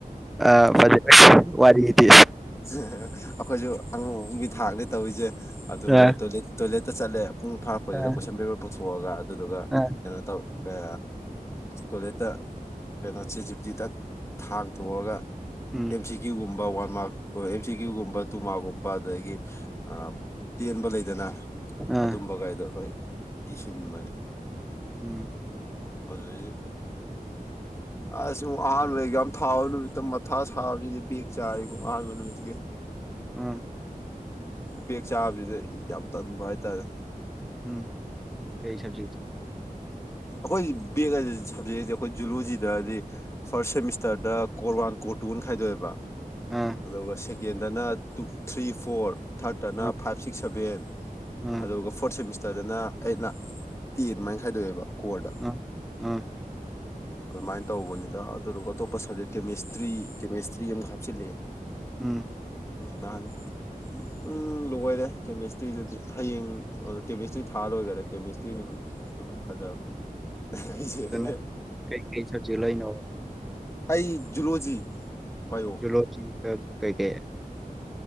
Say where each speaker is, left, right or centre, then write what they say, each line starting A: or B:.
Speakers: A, in the centre; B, on the left.
A: ꯑ ꯐꯖꯔꯦ ꯋꯥꯔꯤꯗꯤ
B: ꯑꯍꯥꯍꯥ ꯑꯩꯈꯣꯏꯁꯨ ꯑꯉꯝ ꯑꯉꯝꯕꯤ ꯊꯥꯛꯅꯦ ꯇꯧꯔꯤꯁꯦ ꯑꯗꯨꯒ
A: ꯑꯥ
B: ꯇꯣꯢꯂꯦꯠ ꯇꯣꯂꯦꯠꯇ ꯆꯠꯂꯦ ꯎꯝ ꯐꯥꯔꯛꯄꯩꯗꯨꯗ
A: ꯑꯥ
B: ꯀꯣꯏꯁꯟ ꯄꯦꯄꯔ ꯄꯨꯊꯣꯛꯑꯒ ꯑꯗꯨꯗꯨꯒ
A: ꯑꯥ
B: ꯀꯩꯅꯣ ꯇꯧ ꯑ ꯇꯣꯏꯂꯦꯠꯇ ꯀꯩꯅꯣ ꯆꯦꯠꯖꯤꯄꯤꯇꯤ ꯗ ꯊꯥꯡꯊꯣꯛꯑꯒ
A: ꯎꯝ
B: ꯑꯦꯝꯁꯤ ꯀ꯭ꯌꯨ ꯒꯨꯝ ꯋꯥꯟ ꯃꯥꯔꯛ ꯑ ꯑꯦꯝ ꯁꯤ ꯀ꯭ꯌꯨꯒꯨꯝꯕ ꯇꯨ ꯃꯥꯔꯛꯀꯨꯝꯕ ꯑꯗꯒꯤ ꯑ ꯇꯦꯟꯕ ꯂꯩꯗꯅ
A: ꯑꯥ
B: ꯑꯗꯨꯝꯕꯒꯩꯗꯣ ꯂꯣꯏ ꯏꯁꯤꯟꯕꯅꯦ
A: ꯎꯝ
B: ꯑꯗꯨꯗꯒꯤ
A: <inaudible>
B: ꯑꯁ ꯋꯥꯕꯗ ꯑꯦꯛꯖꯝ ꯊꯥꯕ ꯅꯨꯃꯤꯠꯇ ꯃꯥꯊꯥ ꯁꯥꯕꯖꯤꯗꯤ ꯕꯦꯛ ꯆꯥꯔꯦꯕꯨ ꯑꯍꯥꯟꯕ ꯅꯨꯃꯤꯠꯇꯨꯒꯤ
A: ꯎꯝ
B: ꯕꯦꯛ ꯆꯥꯕꯁꯤꯗ ꯌꯥꯝ ꯇꯟꯕ ꯍꯥꯏꯇꯥꯔꯦ
A: ꯎꯝ ꯀꯩ ꯁꯕꯖꯦꯛꯇ
B: ꯑꯩꯈꯣꯏꯒꯤ ꯕꯦꯛ ꯍꯥꯏꯖꯦ ꯁꯕꯖꯦꯛꯁꯦ ꯑꯩꯈꯣꯏ ꯖꯨꯂꯣꯖꯤꯗꯗꯤ ꯐꯥꯔꯁꯠ ꯁꯦꯃꯤꯁꯇꯔꯗ ꯀꯣꯔꯋꯥꯟ ꯀꯣꯔꯠ ꯇꯨꯅ ꯈꯥꯏꯗꯣꯛꯑꯦꯕ
A: ꯑꯥ
B: ꯑꯗꯨꯒ ꯁꯦꯀꯦꯟꯗꯅ ꯇꯨ ꯊ꯭ꯔꯤ ꯐꯣꯔ ꯊꯥꯔꯠꯇꯅ
A: ꯑꯥ
B: ꯐꯥꯏꯕ ꯁꯤꯛꯁ ꯁꯚꯦꯟ
A: ꯑꯥ
B: ꯑꯗꯨꯒ ꯐꯣꯔꯠ ꯁꯦꯃꯤꯁꯇꯔꯗꯅ ꯑꯩꯠꯅ ꯇꯦꯟꯃꯥꯏꯅ ꯈꯥꯏꯗꯣꯛꯑꯦꯕ ꯀꯣꯔꯗ
A: ꯎꯝ ꯎꯝ
B: ꯑꯗꯨꯃꯥꯏꯅ ꯇꯧꯕꯅꯤꯗ ꯑꯗꯨꯗꯨꯒ ꯑꯇꯣꯞꯄ ꯁꯕꯖꯦꯛ ꯀꯦꯃꯤꯁꯇ꯭ꯔꯤ ꯀꯦꯃꯦꯁꯇ꯭ꯔꯤ ꯑꯃꯨꯛ ꯍꯥꯞꯆꯤꯜꯂꯦ
A: ꯎꯝ
B: ꯅꯍꯥꯟꯗꯤ ꯎꯝ ꯂꯣꯏꯔꯦ ꯀꯦꯃꯦꯁꯇ꯭ꯔꯤꯗꯨꯗꯤ ꯍꯌꯦꯡ ꯀꯦꯃꯦꯁꯇ꯭ꯔꯤ ꯊꯥ ꯂꯣꯏꯈꯔꯦ ꯀꯦꯃꯦꯁꯇ꯭ꯔꯤ ꯃꯨꯛ ꯗꯨꯝ ꯐꯖꯕ ꯑꯩꯖꯦ
A: ꯑꯗꯨ
B: <inaudible>
A: ꯅꯪ ꯀꯩꯀꯩ ꯁꯕꯖꯦꯛ ꯂꯧꯔꯤꯅꯣꯕ
B: ꯑꯩ ꯖꯨꯂꯣꯖꯤ ꯕꯥꯏꯑꯣ
A: ꯖꯨꯂꯣꯖꯤꯒ ꯀꯩꯀꯩ